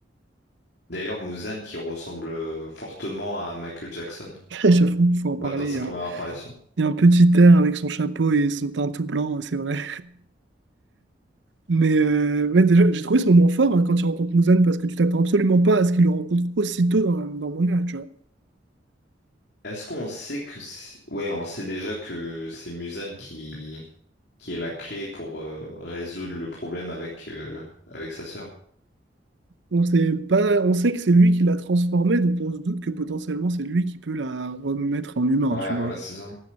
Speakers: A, on the left; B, on the right.
A: d'ailleurs, Muzan qui ressemble euh, fortement à Michael Jackson,
B: <laughs>
A: quand
B: J'avoue,
A: même.
B: il faut en parler.
A: Bah, dans sa
B: Il y a,
A: première
B: un
A: apparition.
B: il y a un petit air avec son chapeau et son teint tout blanc, c'est vrai. Mais euh, ouais, déjà, j'ai trouvé ce moment fort hein, quand il rencontre Muzan parce que tu t'attends absolument pas à ce qu'il le rencontre aussitôt dans, la- dans le manga, tu vois.
A: Est-ce qu'on sait que. c'est- Ouais, on le sait déjà que c'est Muzan qui, qui est la clé pour euh, résoudre le problème avec, euh, avec sa sœur.
B: On sait pas, on sait que c'est lui qui l'a transformé, donc on se doute que potentiellement c'est lui qui peut la remettre en humain,
A: Ouais,
B: tu vois.
A: voilà, c'est ça.